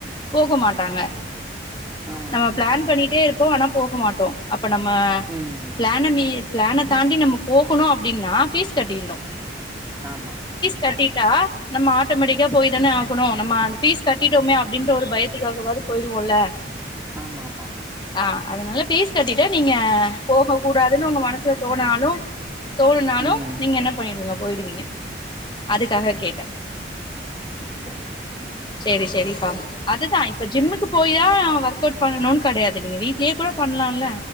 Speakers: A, on the left; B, on the right.
A: போக மாட்டாங்க
B: ஆமா.
A: நம்ம பிளான் பண்ணிட்டே இருப்போ ஆனா போக மாட்டோம் அப்ப நம்ம
B: ம்.
A: பிளான மீ பிளான தாண்டி நம்ம போகணும் அப்டின்னா ஃபீஸ் கட்டிரனும்
B: ஆமா
A: கட்டிட்டா நம்ம ஆட்டோமேட்டிக்கா போய் தான ஆகணும் நம்ம அந்த ஃபீஸ் கட்டிட்டோமே அப்படின்ற ஒரு பயத்துக்காகவாவது போயிடுவோல
B: ஆமா ஆமா
A: ஆ அதனால ஃபீஸ் கட்டிட்டு நீங்க போக கூடாதுன்னு உங்க மனசுல தோணாலும் தோனுனாலும்
B: ம்.
A: நீங்க என்ன பண்ணிடுவீங்க போயிடுவீங்க அதுக்காக கேட்டே
B: சேரி
A: சேரி சேரிப்பா அதுதான் இப்ப ஜிம்முக்கு போய் தான் ஒர்க் அவுட் பண்ணணும்னு கெடையாது நீங்க வீட்லயே கூட பண்ணலாம்ல